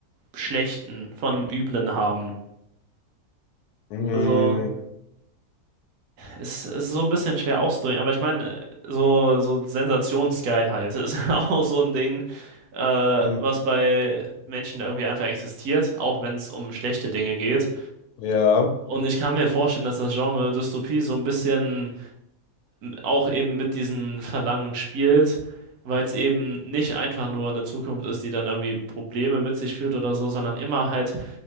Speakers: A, on the right; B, on the left.
A: Schlechten, von dem Üblen haben.
B: Hm,
A: Also, Ist, ist so ein bisschen schwer auszudrücken, aber ich meine, so, so Sensationsgeilheit <laughs> ist auch so ein Ding, äh,
B: hm,
A: was bei Menschen irgendwie einfach existiert, auch wenn es um schlechte Dinge geht.
B: ja.
A: Und ich kann mir vorstellen, dass das Genre Dystopie so ein bisschen auch eben mit diesen Verlangen spielt, weil es eben nicht einfach nur eine Zukunft ist, die dann irgendwie Probleme mit sich führt oder so, sondern immer halt